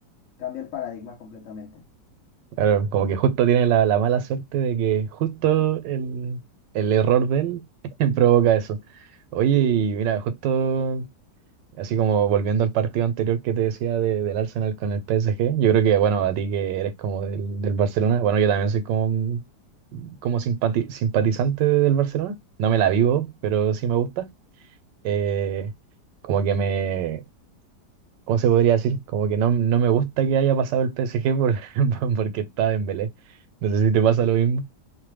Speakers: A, on the left (about 55°); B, on the right (about 80°).
A: cambia el paradigma completamente.
B: Claro, como que justo tiene la, la mala suerte de que justo el, el error de él <laughs> provoca eso. Oye, y mira, justo así como volviendo al partido anterior que te decía de- del Arsenal con el PSG, yo creo que, bueno, a ti que eres como del, del Barcelona, bueno, yo también soy como, como simpati- simpatizante del Barcelona, no me la vivo, pero sí me gusta. Eh, como que me, ¿Cómo se podría decir? Como que no, no me gusta que haya pasado el PSG por, <laughs> porque estaba en Belé. No sé si te pasa lo mismo.